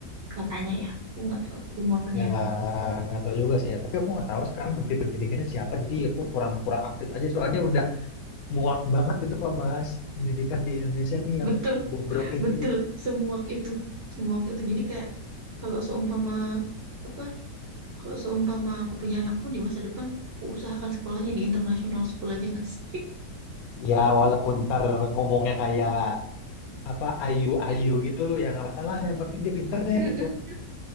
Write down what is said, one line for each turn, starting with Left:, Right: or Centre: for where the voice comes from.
Right: Katanya ya, aku nggak tahu rumornya.
Left: ya nggak tahu juga sih ya tapi aku nggak tahu sekarang menteri pendidikannya siapa jadi aku kurang kurang update aja soalnya udah muak banget gitu kalau bahas pendidikan di Indonesia nih yang
Right: Betul
Left: bobrok itu
Right: betul
Left: gitu
Right: semuak itu semuak itu jadi kayak kalau seumpama apa kalau seumpama aku punya anak pun di masa depan aku usahakan sekolahnya di international school aja nggak sih
Left: ya walaupun ntar ngomongnya kayak apa ayu-ayu
Right: <laughs>
Left: gitu ya nggak masalah yang penting dia pinter deh
Right: Mm-mm.
Left: gitu